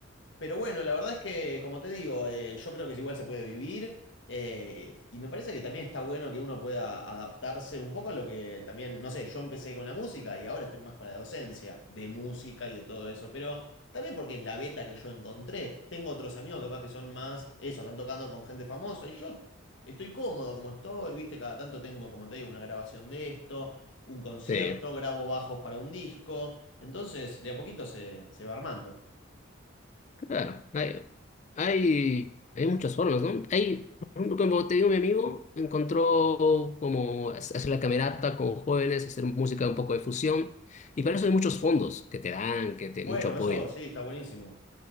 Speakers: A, on the left; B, on the left.
A: Pero bueno, la verdad es que, como te digo, eh, yo creo que igual se puede vivir eh, y me parece que también está bueno que uno pueda adaptarse un poco a lo que también, no sé, yo empecé con la música y ahora estoy más con la docencia de música y de todo eso, pero también porque es la beta que yo encontré. Tengo otros amigos capaz que son más eso, están tocando con gente famosa y yo estoy cómodo como estoy, viste, cada tanto tengo, como te digo, una grabación de esto, un concierto,
B: Sí,
A: grabo bajos para un disco, entonces de a poquito se, se va armando.
B: claro. Hay, hay, hay muchas formas, ¿no? Hay, por ejemplo, como te digo, mi amigo encontró como hacer la camerata con jóvenes, hacer música un poco de fusión. Y para eso hay muchos fondos que te dan, que te
A: Bueno,
B: mucho apoyo.
A: eso sí, está buenísimo.